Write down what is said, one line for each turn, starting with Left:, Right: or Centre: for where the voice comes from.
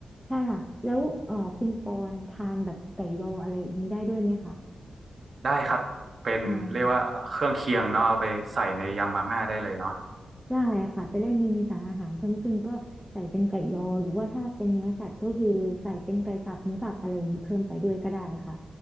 Centre: ใช่ค่ะแล้วเอ่อคุณปอนทานแบบไก่ยออะไรอย่างนี้ได้ด้วยไหมคะ
Right: ได้ครับเป็นเรียกว่าเครื่องเคียงเนาะเอาไปใส่ในยำมาม่าได้เลยเนาะ
Centre: อ่า ได้ค่ะจะได้มีสารอาหารเพิ่มขึ้นก็ใส่เป็นไก่ยอหรือว่าถ้าเป็นเนื้อสัตว์ก็คือใส่เป็นไก่สับหมูสับอะไรอย่างนี้เพิ่มไปด้วยก็ได้ค่ะ